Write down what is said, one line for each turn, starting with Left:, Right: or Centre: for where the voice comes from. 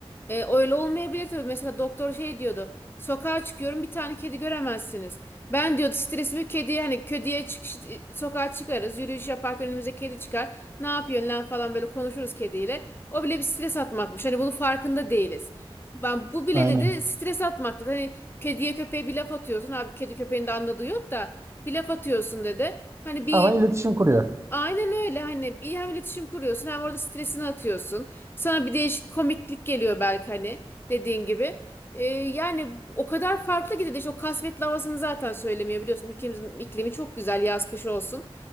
Left: E, öyle olmayabilir tabii. Mesela doktor şey diyordu. Sokağa çıkıyorum bir tane kedi göremezsiniz. Ben diyordu stresimi kediye hani kediye çıkış, e, sokağa çıkarız. Yürüyüş yaparken önümüze kedi çıkar. Ne yapıyorsun lan falan böyle konuşuruz kediyle. O bile bir stres atmakmış. Hani bunun farkında değiliz. Ben bu bile
Right: Aynen.
Left: dedi stres atmak dedi. Hani kediye köpeğe bir laf atıyorsun. Abi kedi köpeğin de anladığı yok da bir laf atıyorsun dedi. Hani bir
Right: Ama iletişim kuruyor.
Left: Aynen öyle hani iyi hem iletişim kuruyorsun hem orada stresini atıyorsun. Sana bir değişik komiklik geliyor belki hani dediğin gibi. Ee, yani o kadar farklı gidiyor. İşte o kasvetli havasını zaten söylemiyor biliyorsun. Ülkemizin iklimi çok güzel yaz kış olsun.